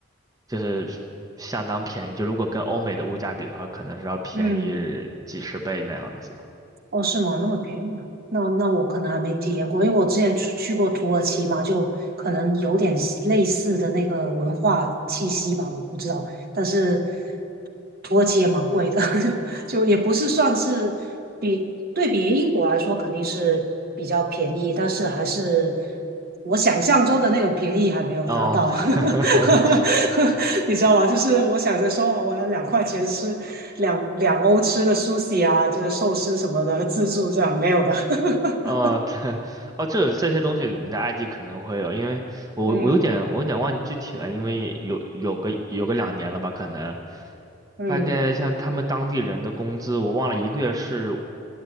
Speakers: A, on the right (about 20°); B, on the right (about 50°).
A: 就是相当便宜，就如果跟欧美的物价比的话，可能是要便宜几十倍那样子。
B: 嗯。哦，是吗？那么便宜啊？那那我可能还没体验过，因为我之前去去过土耳其嘛，就可能有点类似的那个文化气息吧，我不知道。但是土耳其也蛮贵的，<laughs> 就就也不是算是比对比英国来说肯定是比较便宜，但是还是我想象中的那种便宜还没有达到，
A: 哦，
B: <laughs>
A: <laughs>
B: 你知道吗？就是我想着说哦我要两块钱吃。两两欧吃的 sushi 啊，就是寿司什么的自助这样没有的。<laughs>
A: 呃，对，哦，这这些东西你在埃及可能会有，因为我我有点我有点忘记具体了，
B: 嗯
A: 因为有有个有个两年了吧，可能
B: 嗯，
A: 大概像他们当地人的工资，我忘了一个月是